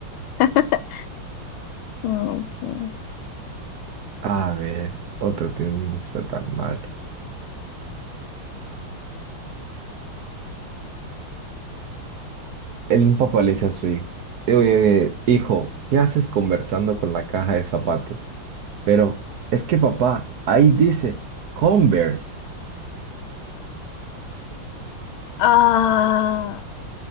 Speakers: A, on the left; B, on the right.
A: <laughs> Ok.
B: A ver, otro que no está tan mal. El papá le dice a su hijo, "Eh, hijo, ¿qué haces conversando con la caja de zapatos? Pero es que papá, ahí dice Converse.
A: Ah,